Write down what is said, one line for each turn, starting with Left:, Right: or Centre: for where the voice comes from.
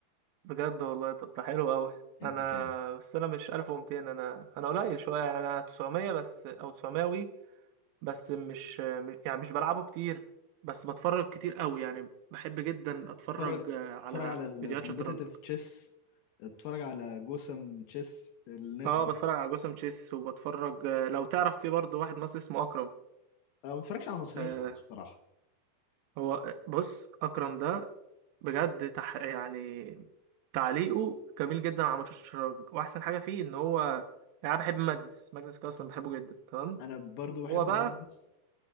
Right: بجد والله طب ده حلو اوي
Left: أنت
Right: انا
Left: كام؟
Right: بس انا مش 1200 انا انا قليل شويه انا 900 بس او 900 وي بس مش مش- يعني مش بلعبه كتير بس بتفرج كتير اوي يعني بحب جدا اتفرج
Left: اتفرج
Right: آه، على
Left: اتفرج على الكومبيتيتيف
Right: فيديوهات شطرنج
Left: تشيس اتفرج على جوسم تشيس الناس
Right: اه
Left: دي
Right: بتفرج على جوسم تشيس وبتفرج آه، لو تعرف في برضه واحد مصري اسمه اكرم
Left: أنا ما بتفرجش على المصريين
Right: آه،
Left: خالص بصراحة
Right: هو بص اكرم ده بجد تح... يعني تعليقه جميل جدا على ماتش الشراج واحسن حاجه فيه ان هو يعني أنا بحب ماجنس ماجنس كده اصلا بحبه جدا تمام
Left: أنا برضو بحب
Right: هو بقى
Left: ماجنس